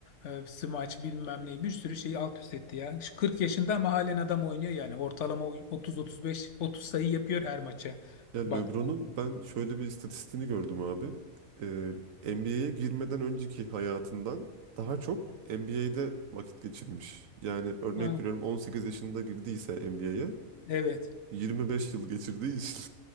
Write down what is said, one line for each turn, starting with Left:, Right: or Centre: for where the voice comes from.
Left: e, smaç bilmem neyi bir sürü şeyi alt üst etti ya. Şu 40 yaşında ama halen adam oynuyor yani. Ortalama 30-35, 30 sayı yapıyor her maça.
Right: Ya LeBron'un
Left: Baktın.
Right: ben şöyle bir istatistiğini gördüm abi. Ee, NBA'ye girmeden önceki hayatından daha çok NBA'de vakit geçirmiş. Yani örnek
Left: Ha,
Right: veriyorum 18 yaşında girdiyse NBA'ye
Left: evet.
Right: 25 yıl geçirdiği için.